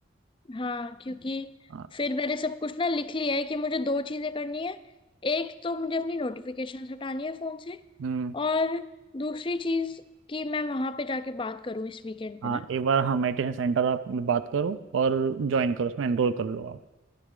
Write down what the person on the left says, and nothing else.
हाँ क्योंकि
फिर मैंने सब कुछ ना लिख लिया है कि मुझे दो चीजें करनी है एक तो मुझे अपनी नोटिफिकेशन हटानी है फोन से
और दूसरी चीज कि मैं वहां पे जाके बात करूं इस वीकेंड पे
ना